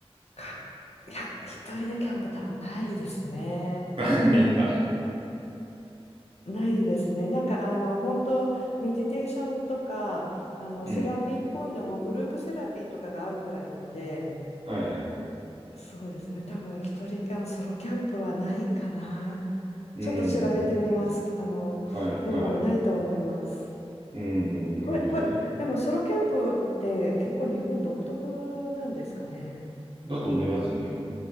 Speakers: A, on the left; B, on the right.
A: かいや一人でキャンプ多分ないですね。
B: <laughs> ないんだ。
A: ないですね。なんかあの本当メディテーションとかあのセラピーっぽいのもグループセラピーとかがあるくらいなので、
B: うん。はい、はい。
A: そうですね。多分一人間ソロキャンプはないかな。
B: うん。
A: ちょっと調べてみます。あのでもないと思います。
B: はい、はい。うん。なるほどね。
A: これこれでもソロキャンプって結構日本独特なんですかね。
B: だと思いますね。